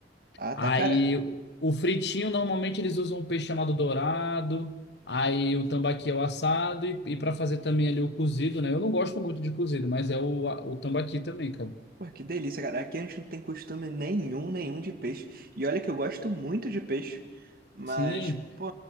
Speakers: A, on the right; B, on the left.
A: Ah,
B: Aí
A: tá, cara.
B: o fritinho, normalmente eles usam um peixe chamado dourado. Aí o tambaqui é o assado. E, e para fazer também ali o cozido, né? Eu não gosto muito de cozido, mas é o, a- o tambaqui também, cara.
A: Pô, que delícia, cara. Aqui a gente não tem costume nenhum, nenhum de peixe. E olha que eu gosto muito de peixe. Mas,
B: Sim.
A: pô,